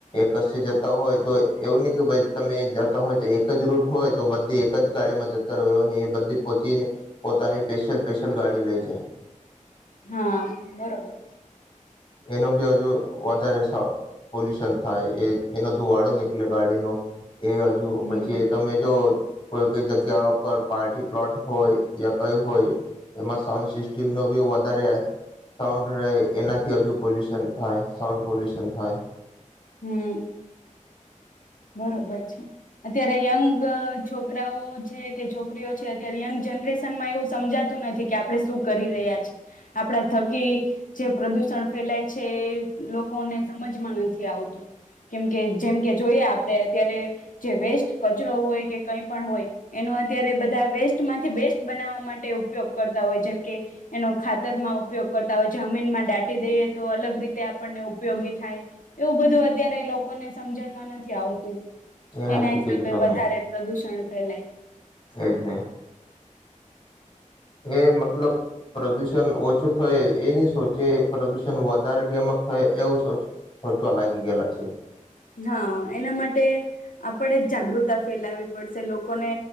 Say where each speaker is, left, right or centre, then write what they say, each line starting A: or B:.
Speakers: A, on the left; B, on the left.
A: કશે જતા હોય તો એવું નહી કે ભઈ તમે જતા હોય તો એક જ રૂટ હોય તો બધી એક જ ગાડીમાં જતા રહો એ બધી પોતેની પોતાની સ્પેશિયલ સ્પેશિયલ ગાડી લઈ જાય.
B: હા બરોબર છે.
A: એનો બી હજુ વધારે પોલ્યુશન થાય એ એનો ધુવાડો નીકળે ગાડીનો એ હજુ
B: હમ
A: પછી તમે જો કોઈ કોઈ જગ્યાઓ પર પાર્ટી પ્લોટ હોય યા કઈ હોય એમાં સાઉન્ સિસ્ટમનો બી વધારે સાઉન્ડ રહે એના થી હજુ પોલ્યુશન થાય સાઉન્ડ પોલ્યુશન થાય.
B: હમ બરોબર છે અત્યારે યંગ છોકરાઓ છે કે છોકરીઓ છે અત્યારે યંગ જનરેશનમાં એવું સમજાતું નથી કે આપણે શું કરી રહ્યા છીએ. આપડા થકી જે પ્રદુષણ ફેલાય છે. એ લોકોને સમજમાં નથી આવતું કેમકે જેમકે જોઈએ આપણે અત્યારે જે વેસ્ટ કચરો હોય કે કઈ પણ હોય એનો અત્યારે બધા વેસ્ટમાંથી બેસ્ટ બનાવવા માટે ઉપયોગ કરતા હોય. જેમકે એનો ખાતરમાં ઉપયોગ કરતા હોય જમીનમાં દાટી દઈએ તો અલગ રીતે આપણને ઉપયોગી થાય એવું બધું અત્યારે લોકોને સમજણમાં નથી આવતું. <inaudible>
A: એ હાચું
B: એના હિસાબે
A: કીધું તમે
B: વધારે પ્રદુષણ ફેલાય.
A: એજ ને એ મતલબ પ્રદૂષણ ઓછું થય એ ની સોચે પ્રદૂષણ વધારે કેમક થાય એવું સોચવા લાગી ગયેલા છે.
B: હા એના માટે આપણેે જ જાગૃતા ફેલાવી પડશે. લોકોને